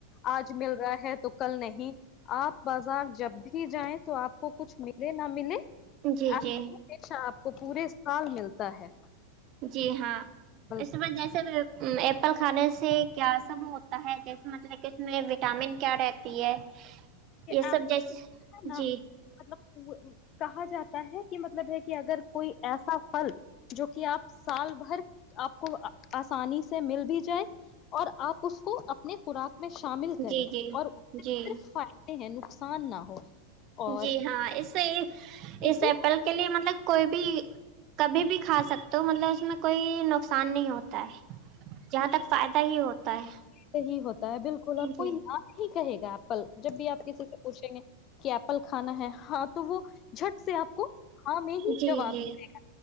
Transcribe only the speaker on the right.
جی جی
جی ہاں
اس کے بعد جیسے ل کھانے سے کیا سب ہو ہے جیسے مطلب کہ اس میں وٹامن کیا رہتی ہے یہ
سب
جیسے
جی
جی جی
جی
جی ہاں اس سے
اس
ایپل کے لیے مطلب کوئی بھی کبھی بھی کھا سکتے تو مطلب اس میں کوئی نقصان نہیں ہوتا ہے جہاں تک فائدہ ہی ہوتا ہے
جی
جی
جی